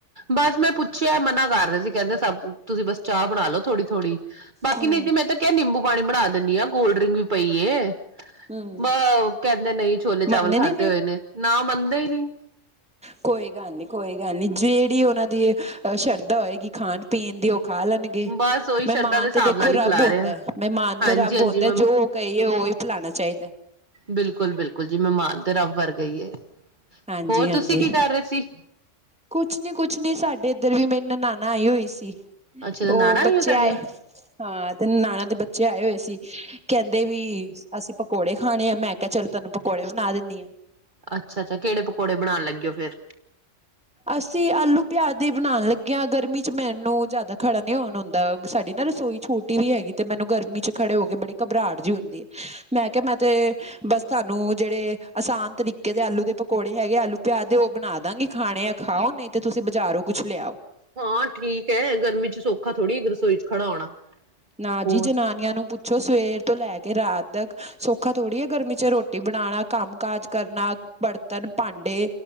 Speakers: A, on the right; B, in the centre.
A: ਬਸ ਮੈਂ ਪੁੱਛੇਆ ਮਨਾ ਕਰ ਰਏ ਸੀ ਕੈਂਦੇ ਸਾਬੁ ਤੁਸੀਂ ਬਸ ਚਾਅ ਬਣਾ ਲੋ ਥੋੜੀ-ਥੋੜੀ, ਬਾਕੀ
B: ਹੂੰ
A: ਨੀ ਤੇ ਮੈਂ ਤੇ ਕੇਆ ਨੀਬੂ ਪਾਣੀ ਬਣਾ ਦੇਨੀ ਆ ਕੋਲਡਰੀਕ ਵੀ ਪਈ ਏ
B: ਹੂੰ।
A: ਮਾ ਕੈਂਦੇ ਨਈ ਛੋਲੇ ਚਾਵਲ
B: ਮੰਨੇ
A: ਖਾਧੇ
B: ਨੀ ਫਿਰ
A: ਹੋਏ ਨੇ ਨਾ ਮੰਨਦੇ ਈ ਨੀ।
B: ਕੋਈ ਗੱਲ ਨੀ ਕੋਈ ਗੱਲ ਨੀ ਜੇੜੀ ਓਨਾਂ ਦੀ ਏ ਸ਼ਰਧਾ ਹੋਏਗੀ ਖਾਣ-ਪੀਣ ਦੀ ਓ ਖਾ ਲੈਣ ਗੇ
A: ਬਸ ਉਹੀ
B: ਮੈਮਾਨ
A: ਸ਼ਰਧਾ ਦੇ ਹਿਸਾਬ
B: ਤੇ ਦੇਖੋ
A: ਨਾਲ
B: ਰੱਬ
A: ਹੀ ਖਿਲਾ
B: ਹੁੰਦੈ,
A: ਰਹੇ ਆ
B: ਮੈਮਾਨ ਤੇ
A: ਹਾਂਜੀ
B: ਰੱਬ
A: ਹਾਂਜੀ
B: ਹੁੰਦੈ ਜੋ ਓ ਕਈਏ ਓਈਓ ਪੈਲਾਣਾ ਚਾਈਦੈ।
A: ਬਿਲਕੁਲ-ਬਿਲਕੁਲ ਜੀ ਮਾਮਾਨ ਤੇ ਰੱਬ ਵਰਗਾ ਈ ਐ,
B: ਹਾਂਜੀ
A: ਹੋਰ
B: ਹਾਂਜੀ।
A: ਤੁਸੀਂ ਕੀ ਕਰ ਰਏ ਸੀ?
B: ਕੁਛ ਨੀ, ਕੁਛ ਨੀ ਸਾਡੇ ਏਦਰ ਰ ਵੀ ਮੇਰੀ ਨਨਾਨਾ ਆਈ ਹੋਈ ਸੀ,
A: ਅੱਛਾ
B: ਓ
A: ਨਨਾਣਾ ਆਈਆਂ
B: ਬੱਚੇ
A: ਤੁਹਾਡੀਆਂ
B: ਆਏ ਹਾਂ ਤੇ ਨਾਅਨਾ ਦੇ ਬੱਚੇ ਆਏ ਹੋਏ ਸੀ। ਕੈਂਦੇ ਵੀ, ਅਸੀਂ ਪਕੌੜੇ ਖਾਣੇ ਆ ਮੈਂ ਕੇਆ ਚਲ ਧਾਨੂੰ ਪਕੌੜੇ ਬਣਾ ਦੀਨੀ ਆਂ।
A: ਅੱਛਾ-ਅੱਛਾ ਕੇੜੇ ਪਕੌੜੇ ਬਣਾ ਲੱਗੇ ਓ ਫੇਰ?
B: ਅਸੀਂ ਆਲੂ ਪੇਆ ਦੇ ਬਣਾਣ ਲੱਗੇ ਆਂ ਗਰਮੀ ਚ ਮੈਨੂੰ ਜਾਦਾ ਖੜਾ ਨਈ ਹੋਣ ਹੁੰਦਾ ਸਾਡੀ ਨਾ ਰਸੋਈ ਛੋਟੀ ਵੀ ਹੈਗੀ ਤੇ ਮੈਨੂੰ ਗਰਮੀ ਚ ਖੜੇ ਹੋ ਗਏ ਬੜੀ ਘਬਰਾਟ ਜਹੀ ਹੁੰਦੀ ਏ, ਮੈਂ ਕੇਆ ਮੈਂ ਤੇ ਬਸ ਧਾਨੂੰ ਜੇੜੇ, ਅਸਾਨ ਤਰੀਕੇ ਦੇ ਆਲੂ ਦੇ ਪਕੌੜੇ ਹੈਗੇ ਆਲੂ ਪੇਆਜ ਦੇ ਓ ਬਣਾ ਦਾਂਗੀ। ਖਾਣੇ ਆ ਖਾਓ ਨਈ ਤੇ ਤੁਸੀਂ ਬਜ਼ਾਰੋ ਕੁੱਛ ਲੇਆਓ।
A: ਹਾਂ ਠੀਕ ਏ ਗਰਮੀ ਚ ਸੌਖਾ ਥੋੜੀ ਰਸੋਈ ਚ ਖੜਾ ਹੋਣਾ।
B: ਨਾ
A: ਹੋਰ
B: ਜੀ ਜਨਾਨੀਆਂ ਨੂੰ ਪੁੱਛੋ ਸਵੇਰ ਤੋਂ ਲੈ ਕੇ ਰਾਤ ਤੱਕ ਸੌਖਾ ਥੋੜੀ ਐ ਗਰਮੀ ਚ ਰੋਟੀ ਬਣਾਣਾ ਕੰਮ-ਕਾਜ ਕਰਨਾ ਬੜਤਨ ਭਾਂਡੇ